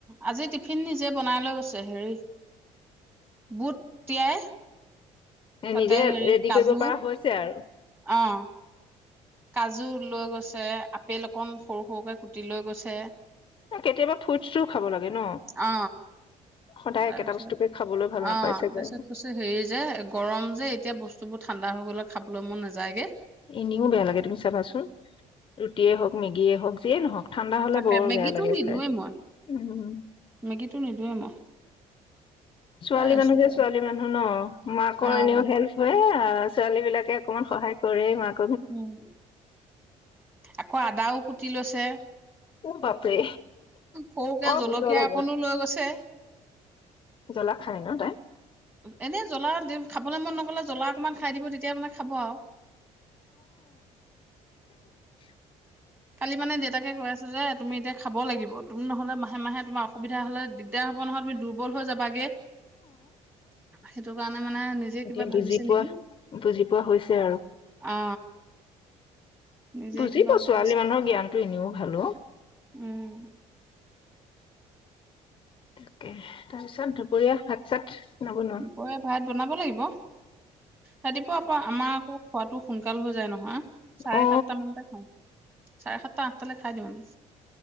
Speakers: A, on the right; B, on the left.
A: আজি টিফিন নিজে বনাই লৈ গৈছে হেৰি বুট তিয়াই
B: এ
A: তাতে
B: নিজে
A: হেৰি
B: ৰেডি
A: কাজু
B: কৰিব পৰা হৈছে আৰু
A: অ', কাজু লৈ গৈছে আপেল অকণ সৰু সৰুকে কুটি লৈ গৈছে
B: কেতিয়াবা ফুইড খাব লাগে ন
A: অ
B: সদায়
A: তাৰপিছত
B: একেটা বস্তুকে খাবলৈ ভাল
A: অ
B: নাপাই
A: তাৰপিছত
B: চাগে
A: কৈছে হেৰি যে গৰম যে এতিয়া বস্তু বোৰ ঠাণ্ডা হৈ গ'লে খাবলৈ মন নাযায়গৈ
B: এনেও বেয়া লাগে তুমি চাবাচোন ৰুটিয়ে হওক মেগিয়ে হওক যিয়ে নহওক ঠাণ্ডা হলে
A: তাকে
B: বৰ
A: মেগীটো
B: বেয়া লাগে
A: নিদোৱে
B: খাই
A: মই
B: উম
A: মেগীটো নিদোৱে মই
B: ছোৱালী
A: তাৰপিছত
B: মানুহ যে ছোৱালী মানুহ ন মাকৰ
A: আৰু
B: এনেও
A: অ
B: হেল্প হয় অ ছোৱালী বিলাকে অকমান সহায় কৰে মাক
A: উম আকৌ আদাও কুতি লৈছে
B: অ বাপৰে
A: সৰুকে
B: অ
A: জলকীয়া
B: বুটৰ লগত
A: অকনো লৈ গৈছে
B: জ্বলা খাই ন তাই
A: এনে জ্বলা খাবলৈ মন নগলে জ্বলা অকমান খাই দিব তেতিয়া মানে খাব আৰু
B: আ
A: কালি মানে দেউতাকে কৈ আছে যে তুমি এতিয়া খাব লাগিব তুম নহ'লে মাহে মাহে তোমাৰ অসবিধা হলে দিগদাৰ হ'ব নহয় তুমি দুৰ্বল হৈ যাবাগে সেইটো কাৰণে মানে নিজে
B: এতিয়া
A: কিবা ভাবিছে
B: বুজি পোৱা
A: নেকি
B: বুজি পোৱা হৈছে আৰু
A: অ অ নিজে
B: বুজিব
A: কিবা ভাবিছে
B: ছোৱালী মানুহৰ জ্ঞানতটো এনেও হেল্ল'
A: উম
B: তাকে তাৰপিছত দুপৰীয়া সাত চাত নবনোৱা
A: দুপৰীয়া ভাত বনাব লাগিব ৰাতিপুৱা আকৌ আমাৰ আকৌ খোৱাাতটো সোনকাল হৈ যায় নহয় চাৰে
B: অ
A: সাতটা মানতে খাওঁ চাৰে সাতটা আঠটালৈ খাই দিওঁ আমি